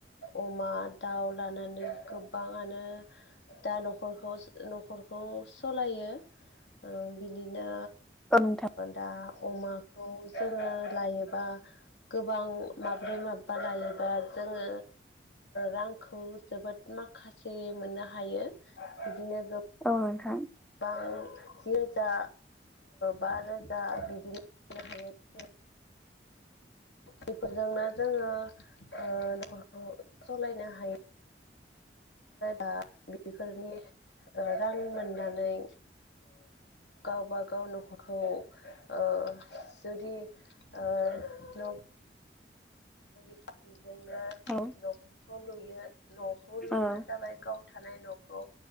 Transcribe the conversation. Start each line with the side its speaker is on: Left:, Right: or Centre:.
Left: अमा, दाउ लानानै गोबाङानो दा न'खरखौ न'खरखौ सालायो ओ बिदिनो
Centre: औ नोंथां
Left: दा अमाखौ जोङो लायोबा गोबां माब्रै -माबा लायोबा जोङो रांखौ जोबोद माखासे मोननो हायो बिदिनो
Centre: औ नोंथां।
Left: बां जि रोजा बा रोजा बिदिनो खामायनो हायो। बेफोर जोंनो जोङो ओ न'खरखौ सालायनो हायो। दा बेफोरनि रां मोननानै गावबा गाव न'खरखौ ओ जुदि ओ गोरिब बिजोंनो
Centre: औ
Left: न'खरखौ लुयो न'खौ लुग्रा
Centre: औ
Left: जाबाय गाव थानाय न'खौ